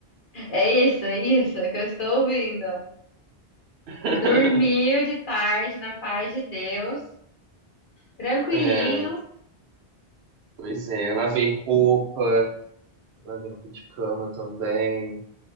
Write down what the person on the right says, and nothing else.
<laughs>
É, pois é, eu lavei roupa, lavei roupa de cama também,